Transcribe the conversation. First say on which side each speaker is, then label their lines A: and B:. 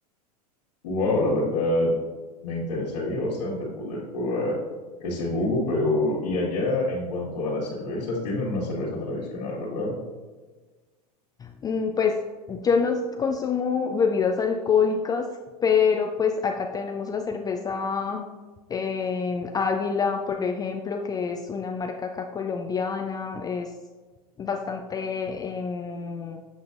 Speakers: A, on the left; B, on the left.
A: Wow, la verdad me interesaría bastante poder probar ese jugo, pero y allá en cuanto a las cervezas, tienen una cerveza tradicional, ¿verdad?
B: Mm, Pues yo no s- consumo bebidas alcohólicas, pero pues acá tenemos la cerveza em, Águila, por ejemplo, que es una marca acá colombiana, es bastante, em,